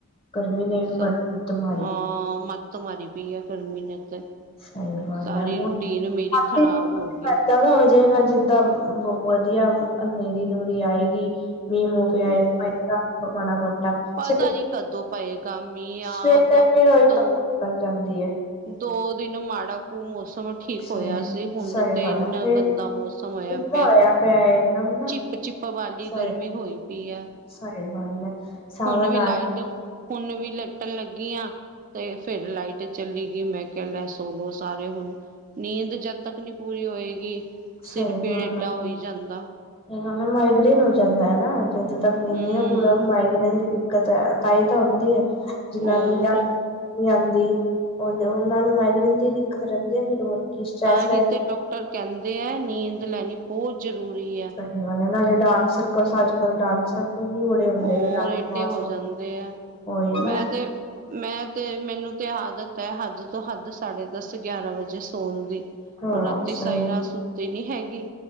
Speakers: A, on the left; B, on the right.
A: ਗਰਮੀ ਨੇ ਵੀ
B: ਸਾ
A: ਬੜੀ ਲੱਤ ਮਾਰੀ
B: ਹਾਂ ਮੱਤ ਮਾਰੀ ਪਈ ਆ ਗਰਮੀ ਨੇ ਤੇ
A: ਸਹੀ ਗੱਲ
B: ਸਾਰੀ
A: ਹੈ
B: ਰੂਟੀਨ ਮੇਰੀ
A: ਆਪੇ
B: ਖ਼ਰਾਬ ਹੋ ਗਈ
A: ਇਦਾਂ ਦਾ ਹੋ ਜਾਏਗਾ ਜਿੱਦਾਂ ਬੋਤ ਵਧੀਆ ਹਨੇਰੀ ਨੂਰੀ ਆਏਗੀ ਮੀਂਹ ਮੂੰਹ ਪਵੇਗਾ
B: ਹਮ
A: ਮਾੜਾ ਮੋਟਾ
B: ਪਤਾ
A: ਸਵੇਰੇ
B: ਨੀ ਕਦੋਂ ਪਏਗਾ ਮੀਹ ਆ
A: ਸਵੇਰੇ
B: ਤਾਂ
A: ਫਿਰ ਉਹੀ ਧੁੱਪ
B: ਦੋ
A: ਨਿਕਲ ਜਾਂਦੀ ਏ
B: ਦੋ ਦਿਨ ਮਾੜਾ ਕੁ ਮੌਸਮ ਠੀਕ
A: ਸਹੀ
B: ਹੋਇਆ ਸੀ ਹੁਣ
A: ਸਹੀ
B: ਤੇ
A: ਗੱਲ
B: ਇੰਨਾ
A: ਆ ਫੇਰ
B: ਗੰਦਾ ਮੌਸਮ ਹੋਇਆ
A: ਕਿੱਦਾਂ
B: ਪਿਆ
A: ਹੋਇਆ ਇਕਦਮ ਨਾ
B: ਚਿੱਪ ਵਾਲੀ
A: ਸਹੀ
B: ਗਰਮੀ ਹੋਈ ਪਈ ਹੈ
A: ਸਹੀ ਗੱਲ ਹੈ ਸਾਵਨ
B: ਹੁਣ ਵੀ
A: ਨਾਲ
B: ਲਾਈਟ ਹੁਣ ਵੀ ਲੇਟਣ ਲੱਗੀ ਆ ਤੇ ਫਿਰ ਲਾਈਟ ਚੱਲ ਗਈ ਮੈਂ ਕਹਿ ਲੈ ਧੋਲੋ ਸਾਰੇ ਹੁਣ ਨੀਂਦ ਜਦ ਤੱਕ ਨੀ ਪੂਰੀ ਹੋਏਗੀ
A: ਸਹੀ
B: ਸਿਰ ਪੀੜ
A: ਗੱਲ
B: ਏਡਾ
A: ਹੈ
B: ਹੋਈ ਜਾਂਦਾ
A: ਇਹਨਾਂ ਦੇ ਮਾਈਗ੍ਰੇਨ ਹੋ ਜਾਂਦਾ ਹੈ ਨਾ ਜਦੋਂ ਤੱਕ ਨੀਂਦ
B: ਹਮ
A: ਨਹੀਂ ਪੂਰਾ ਮਾਈਗ੍ਰੇਨ ਦੀ ਦਿੱਕਤ ਹੈ ਤਹੀ ਤਾਂ ਹੁੰਦੀ ਹੈ ਜਿਹਨਾਂ
B: ਔਰ
A: ਨੂੰ ਨੀਂਦ ਨੀ ਆਉਂਦੀ ਉਹ ਉਹਨਾਂ ਨੂੰ ਮਾਈਗ੍ਰੇਨ ਦੀ ਦਿੱਕਤ ਰਹਿੰਦੀ ਆ ਫਿਰ ਹੋਰ ਕੀ ਸਟ੍ਰੈਸ
B: ਤਾਂ ਹੀ
A: ਰਹੇ
B: ਤੇ ਡਾਕਟਰ ਕਹਿੰਦੇ ਹੈ ਨੀਂਦ ਲੈਣੀ ਬਹੁਤ ਜ਼ਰੂਰੀ ਹੈ।
A: ਸਹੀ ਗੱਲ ਹੈ ਨਾਲੇ ਡਾਰਕ ਸਰਕਲ ਅੱਜ ਕੱਲ ਡਾਰਕ ਸਰ ਵੀ ਬੜੇ ਹੁੰਦੇ
B: ਹੋਰ
A: ਨੇ ਰਾਤੀ
B: ਏਡੇ
A: ਨਾ
B: ਹੋ
A: ਸੋ
B: ਜਾਂਦੇ ਆ
A: ਹੋਏ
B: ਮੈਂ
A: ਨਾ
B: ਤੇ ਮੈਂ ਤੇ ਮੈਨੂੰ ਤੇ ਆਦਤ ਹੈ ਹੱਦ ਤੋਂ ਹੱਦ ਸਾਢੇ ਦਸ ਗਿਆਰਾਂ ਵਜੇ ਸੋਣ ਦੀ।
A: ਹਾਂ
B: ਔਰ ਰਾਤੀ
A: ਸਹੀ
B: ਸਾਰੀ ਰਾਤ
A: ਗੱਲ
B: ਸੁ ਤੀ ਨੀ ਹੈਗੀ